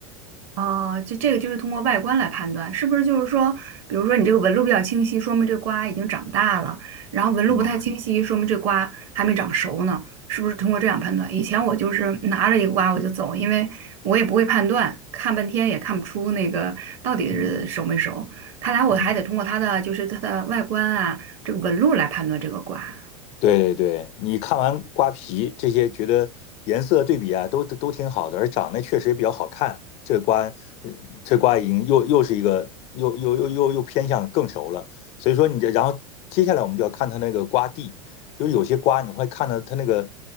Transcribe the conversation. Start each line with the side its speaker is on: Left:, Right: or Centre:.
Right: 哦，就这个就是通过外观来判断，是不是就是说，比如说你这个纹路比较清晰，说明这瓜已经长大了；然后纹路不太清晰，
Left: 嗯
Right: 说明这瓜还没长熟呢，是不是通过这样判断？以前我就是拿着一个瓜我就走，因为我也不会判断，看半天也看不出那个到底是熟没熟。
Left: 嗯
Right: 看来我还得通过它的就是它的外观啊，
Left: 嗯。
Right: 这个纹路来判断这个瓜。
Left: 对对，你看完瓜皮这些，觉得颜色对比啊，都都都挺好的，而长得确实也比较好看。这瓜，嗯这瓜已经又又是一个又又又又又偏向更熟了。所以说你这，然后接下来我们就要看它那个瓜蒂，就是有些瓜你会看到它那个